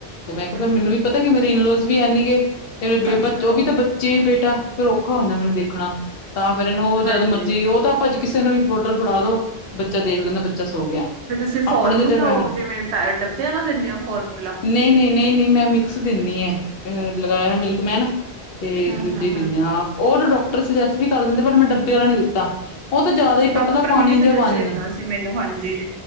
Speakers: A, on the left (about 70°); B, on the right (about 85°).
A: ਤੇ ਮੈਂ ਕਿਹਾ
B: ਅੱਛ-
A: ਫਿਰ ਮੈਨੂੰ ਵੀ ਪਤਾ ਕਿ ਮੇਰੇ ਇਨਲੋਜ਼ ਵੀ ਐਨੀਗੇ ਤੇ ਮੇਰੇ ਬੇ
B: ਅੱਛਾ
A: ਉਹ ਵੀ ਤਾਂ ਬਚ ਚੇ ਬੇਟਾ ਫਿਰ ਔਖਾ ਹੋ ਜਾਦਾਂ ਮੈਨੂੰ ਦੇਖਣਾ ਤਾਂ ਫ਼ਿਰ ਇਹਨੂੰ ਉਹ ਜਦ
B: ਹਾਂਜੀ
A: ਮਰਜ਼ੀ ਉਹ ਤਾਂ ਭੱਜੀ ਕਿਸੇ ਨੂੰ ਵੀ ਬੋਟਲ ਫੜਾ ਦੋ, ਬੱਚਾ ਦੇਖ ਲੈਂਦਾ ਬੱਚਾ ਸੋ ਗਿਆ।
B: ਫਿਰ ਤੁਸੀਂ
A: ਆਪਣੇ
B: ਫੋਰਮੂਲਾ
A: ਦੇ ਤੇ ਬੈਣ
B: ਉਹ
A: ਆ,
B: ਜਿਵੇਂ ਪੈ ਡੱਬੇ ਵਾਲਾ ਦਿੰਦੇ ਹੋ ਫੋਰਮੂਲਾ
A: ਨੀ-ਨੀ-ਨੀ-ਨੀ ਮੈਂ ਮਿਕਸ ਦਿੰਦੀ ਆ। ਲਗਾਇਆ ਮਿਲਕਮੈਨ
B: ਹਮ
A: ਤੇ
B: ਹਮ
A: ਦੂਜੀ ਦਿੰਨ
B: ਹਮ
A: ਹਾਂ ਉ ਤਾ ਡਾਕਰ ਸ ਸਜੈਸ ਵੀ ਕਰ ਦਿੰਦੇ ਪਰ ਮੈਂ ਡੱਬ ਬੇ ਵਾਲਾ ਨੀ ਦਿੱਤਾ ਉਹ ਤਾਂ ਜ਼ਿਆਦਾ ਹੀ
B: ਡਾਕਟਰ
A: ਪਤਲਾ ਪਾਣੀ
B: ਨੇ
A: ਜਿਹਾ
B: ਸਜੈਸਟ
A: ਬਣ ਜਾਂਦਾ
B: ਕੀਤਾ ਸੀ ਮੈਨੂੰ ਹਾਂਜੀ